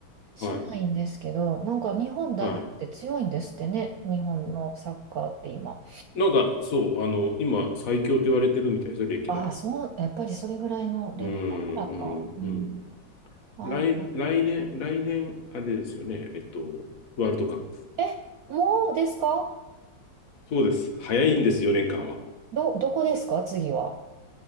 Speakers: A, on the right; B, on the left.
A: しないんですけど、
B: はい。
A: なんか日本代表って強いんですってね、
B: はい。
A: 日本のサッカーって今。
B: なんか、そう、あの、今、最強と言われてるみたいですよ、歴代。
A: ああ、そう、やっぱりそれぐらいのレベルだからか。
B: うん、うん、
A: うん、
B: うん。
A: あの、
B: 来、来年、来年、あれですよね、えっと、ワールドカップ。
A: え、もうですか
B: そうです。早いんです、4年間は。
A: ど、どこですか次は。